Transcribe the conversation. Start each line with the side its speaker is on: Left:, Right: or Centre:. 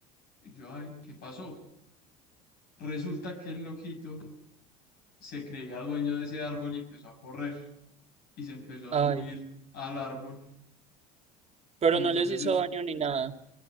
Left: Y yo, ay, ¿qué pasó? Resulta que el loquito se creía dueño de ese árbol y empezó a correr y se empezó
Right: ay,
Left: a subir al árbol.
Right: pero
Left: Y entonces
Right: no les hizo daño ni nada.